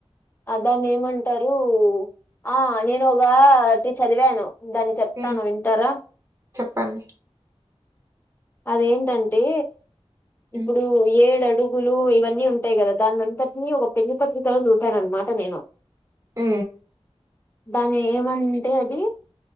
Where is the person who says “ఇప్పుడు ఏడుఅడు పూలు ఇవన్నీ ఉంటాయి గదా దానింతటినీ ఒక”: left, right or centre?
Left